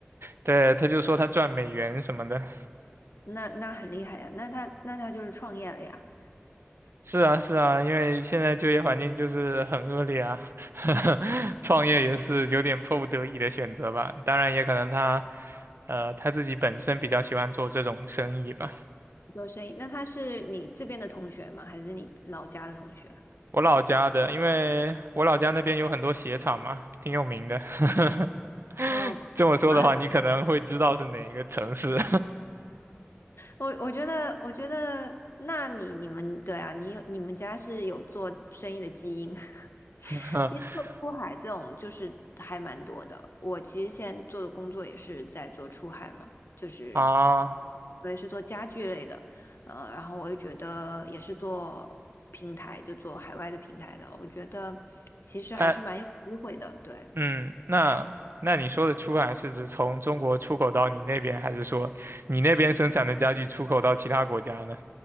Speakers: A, on the right; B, on the left.
A: 对，他就说他赚美元什么的，
B: 那那很厉害呀，那他那他就是创业了呀，
A: 是啊，是啊，因为现在就业环境就是很恶劣啊，<laughs> 创业也是有点迫不得已的选择吧。当然，也可能他，呃，他自己本身比较喜欢做这种生意吧。
B: 做生意。那他是你这边的同学吗？还是你老家的同学？
A: 我老家的，因为我老家那边有很多鞋厂嘛，挺有名的。<laughs>
B: 哦，
A: 这么说的话，
B: 我友吗
A: 你可能会知道是哪一个城市
B: 我我觉得，我觉得，那你你们对啊，你有你们家是有做生意的基因。<laughs>
A: <laughs>
B: 其实做出海这种就是还蛮多的。我其实现在做的工作也是在做出海嘛，就是
A: 啊？
B: 我也是做家具类的，呃，然后我也觉得也是做平台，就做海外的平台的。我觉得其实还是蛮有机会的。
A: 哎，
B: 对，
A: 嗯，那那你说的出海是指从中国出口到你那边，还是说你那边生产的家具出口到其他国家呢？